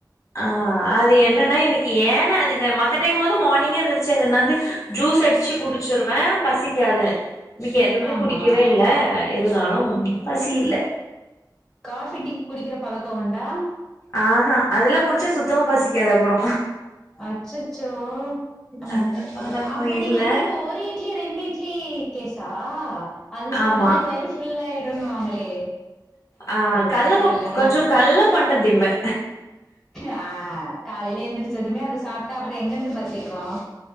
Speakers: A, on the left; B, in the centre.
A: ஆ அது என்னன்னா இன்னைக்கு ஏன்னா அது மத்த டைமாவது மானிங்கே எந்துருந்துச்சு எனது ஜூஸ் அடிச்சு குடிச்சிருவே பசிக்காது இன்னைக்கு எதுவுமே
B: ஆமா
A: குடிக்கவே இல்ல எதுனாலு உம் பசி இல்ல
B: காஃபி டீ குடிக்கிற பழக்க உண்டா
A: ஆஹ அதெல்லா குடுச்சா சுத் சுத்தமா பசிக்காது அப்றோ
B: அச்சச்சோ உம்
A: அந்த பழக்கோ
B: அப்ப நீங்க
A: இல்ல
B: வந்து இந்த ஒரு இட்லி ரெண்டு இட்லி கேஸ் சா அது சாப்ட்டதே
A: ஆமா
B: வயிறு ஃபுல் ஆயிடு வாங்களே
A: ஆ
B: வேற
A: கல்ல
B: லெவல்
A: கொஞ்சோ கல்ல பண்டோ திம்பே
B: ஆ காலேயே எந்திரிச்சதுமே அத சாப்ப தா அப்புறம் எங்கந்து பசிக்கும்